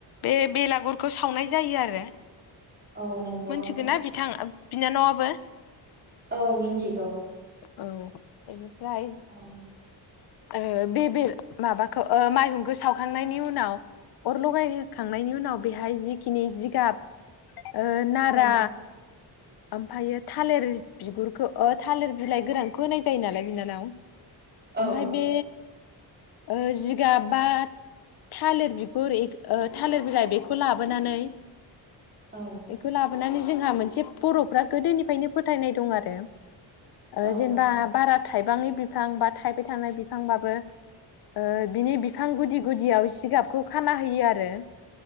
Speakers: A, on the left; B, on the right.
A: बे बेलागुरखौ सावनाय जायो आरो
B: औ नंगौ।
A: मोनथिगोन
B: आब'
A: ना बिथां बिनानावाबो।
B: औ मिन्थिगौ।
A: औ। फ्राइ
B: औ
A: ओ बेबे माबाखौ माइहुंखौ सावखांनायनि उनाव अर लगायहखांनायनि उनाव बेहाय जिखिनि जिगाब ओ नारा
B: औ
A: ओमफ्रायायो थालिर बिगुरखौ थालिर बिलाइ गोरानखौ होनाय जायो नालाय बिनानाव
B: औ
A: ओमफाय बे ओ जिगाब बा थालिर बिगुर थालिर बिलाइ बेखौ लाबोनानै
B: औ
A: एखौ लाबोनानै। जोंहा मोनसे बर'फ्रा गोदोनिफ्रायनो फोथायनाय दं आरो ओ
B: औ
A: जेनेबा बारा थाइबांनि बिफां बा थाइ बाय थानाय बिफांबाबो ओ बिनि बिफां गुदि गुदियाव जिगाबखौ खाना होयो आरो।